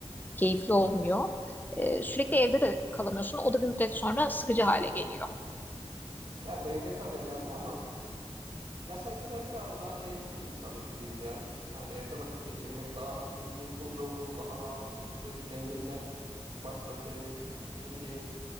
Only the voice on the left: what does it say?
keyifli olmuyor. E, sürekli evde de kalamıyorsun. O da bir müddet sonra sıkıcı hale geliyor.